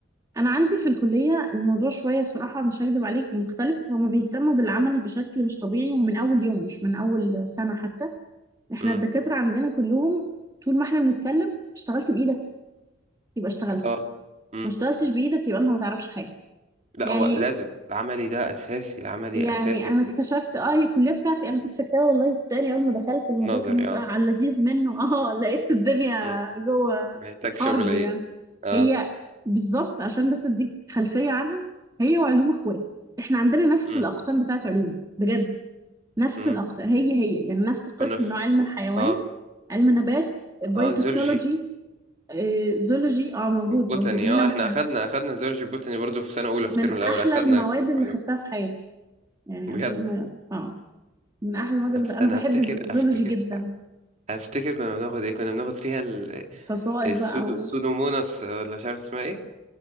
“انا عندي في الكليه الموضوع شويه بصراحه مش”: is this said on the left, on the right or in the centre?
Right